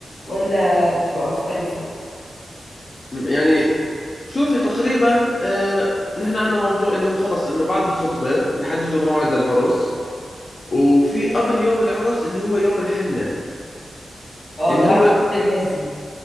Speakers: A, on the left; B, on the left.
A: ولا بتبقى مختلفة
B: يعني شوفي تقريبا آه نحن عندنا موضوع اللي هو خلص إنه بعد الخطبة بيحددوا موعد للعرس وفي قبل يوم العرس اللي هو يوم الحنة
A: اه
B: اللي
A: ده
B: هو
A: عند كل الناس دي